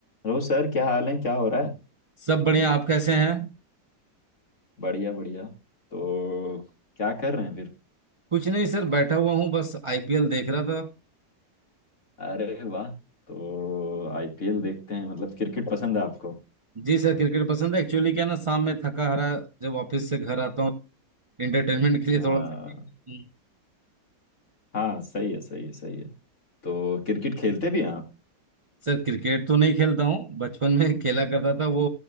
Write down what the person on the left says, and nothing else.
हेलो सर क्या हाल है क्या हो रहा है
बढ़िया बढ़िया तो क्या कर रहे हैं फिर
अरे वाह तो आईपीएल देखते हैं मतलब क्रिकेट पसंद है आपको
हाँ
हाँ सही है सही है सही है तो क्रिकेट खेलते भी हैं आप